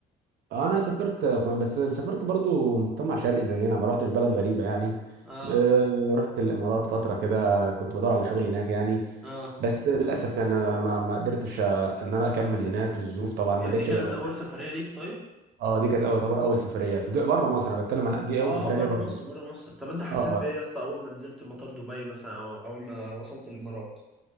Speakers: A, on the right; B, in the centre.
A: انا سافرت بس سافرت برضو مجتمع شرقي زينا ما رحتش بلد غريبة يعني
B: اه
A: اه، رحت الامارات فترة كده كنت بدور على شغل هناك يعني
B: اه
A: بس للاسف يعني أنا ما ما قدرتش آه، ان انا اكمل هناك للظروف طبعا ما
B: هي
A: لقيتش
B: دي كانت
A: ده
B: أول سفرية ليك طيب؟
A: اه دي كانت اول تعتبر اول سفريه في بره مصر انا بتكلم على دي
B: اه
A: اول سفريه
B: اه بره
A: ليا بره
B: مصر
A: مصر
B: بره مصر طب انت حسيت
A: اه
B: بإيه
A: اه
B: يا اسطى أول ما نزلت مطار دبي مثلا أو أول ما وصلت الإمارات؟